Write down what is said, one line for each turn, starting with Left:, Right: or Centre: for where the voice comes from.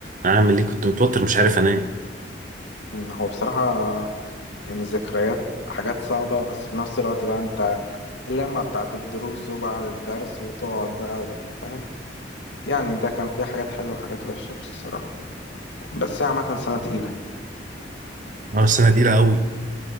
Right: اعمل ايه كنت متوتر مش عارف انام
Left: مم، هو بصراحة يعني الذكريات حاجات صعبة بس في نفس الوقت بقى انت اللمة بتاعت الدروس وبعد الدرس وتقعد بقى وفاهم يعني ده كان فيه حاجات حلوة وحاجات وحشة بصراحة بس هي عامة سنة تقيلة
Right: اه السنه دي قوي